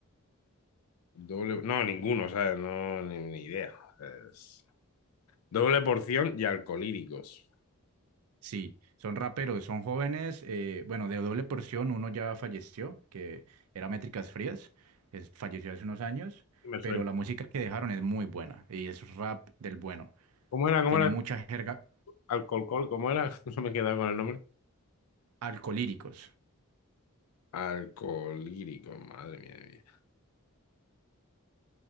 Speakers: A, on the left; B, on the right.
A: Doble, no, ninguno, ¿sabes? No, ni, ni idea. Es doble porción y alcolíricos.
B: Sí, son raperos, son jóvenes, eh, bueno, de Doble Porción uno ya falleció, que era Métricas Frías, es- falleció hace unos años,
A: Me suena.
B: pero la música que dejaron es muy buena, y es rap del bueno,
A: ¿Cómo era? ¿Cómo
B: tiene
A: era?
B: mucha jerga
A: Alcolcol, ¿cómo era? <laughs> No me he quedado con el nombre.
B: alcolíricos.
A: Alcolíricos, madre mía. de vida.